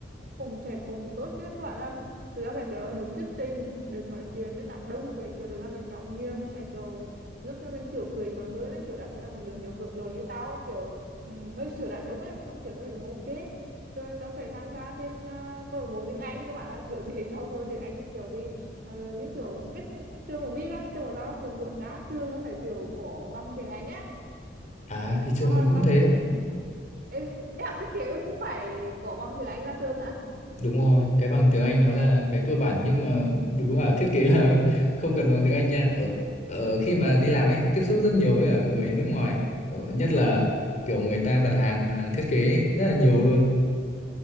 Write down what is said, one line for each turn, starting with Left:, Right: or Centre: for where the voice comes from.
Right: cùng sẽ cùng tốt chứ các bạn làm từ đó sẽ kiểu là được thuyết trình được nói chuyện rất là đông với kiểu được làm việc nhóm nhiều thì sẽ kiểu giúp cho mình kiểu cười mở hơn ấy kiểu đặc biệt là một đứa kiểu hướng nội như tao kiểu ừm, hơi sửa đạt đúng ấy xong kiểu tao thấy cũng ok rồi tao sẽ tham gia thêm à, câu lạc bộ tiếng Anh các bạn ạ kiểu để trau dồi tiếng Anh như kiểu vì ờ, như kiểu biết trường cũng biết đó trường của tao là kiểu muốn ra trường nó phải kiểu có bằng tiếng Anh á
Left: à thì trường
Right: tao là
Left: mình cũng
Right: tao
Left: thế
Right: ừ em, em học thiết kế cũng phải có bằng tiếng Anh ra trường hả
Left: Đúng rồi, cái bằng tiếng Anh nó là cái cơ bản nhưng mà đừng có bảo thiết kế là <laughs> không cần bằng tiếng Anh nha. Ở, ở khi mà đi làm ấy, tiếp xúc rất nhiều với cả người nước ngoài, ở, nhất là kiểu người ta đặt hàng à, thiết kế ấy, rất là nhiều luôn.